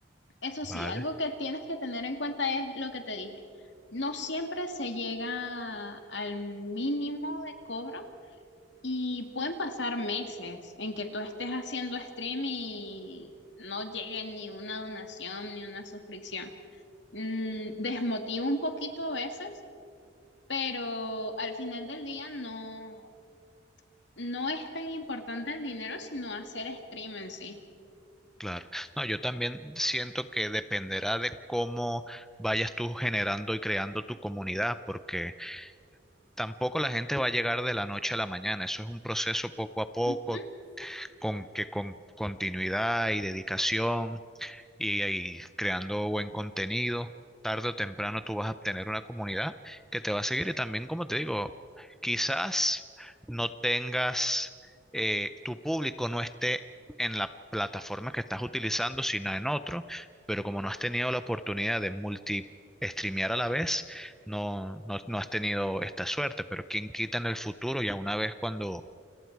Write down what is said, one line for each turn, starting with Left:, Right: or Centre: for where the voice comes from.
Left: Eso
Centre: vale,
Left: sí, algo que tienes que tener en cuenta es lo que te dije. No siempre se llega al mínimo de cobro y pueden pasar meses en que tú estés haciendo stream y no llegue ni una donación ni una suscripción. Mm, desmotiva un poquito a veces, pero al final del día no, no es tan importante el dinero, sino hacer stream en sí.
Centre: claro. No, yo también siento que dependerá de cómo vayas tú generando y creando tu comunidad, porque tampoco la gente va a llegar de la noche a la mañana. Eso es un proceso poco a poco,
Left: Ujú.
Centre: con que con continuidad y dedicación y, ahí creando buen contenido. Tarde o temprano tú vas a obtener una comunidad que te va a seguir y también, como te digo, quizás no tengas, eh, tu público no esté en la plataforma que estás utilizando, sino en otro, pero como no has tenido la oportunidad de multi streamear a la vez, no, no, no has tenido esta suerte, pero quién quita en el futuro, ya una vez cuando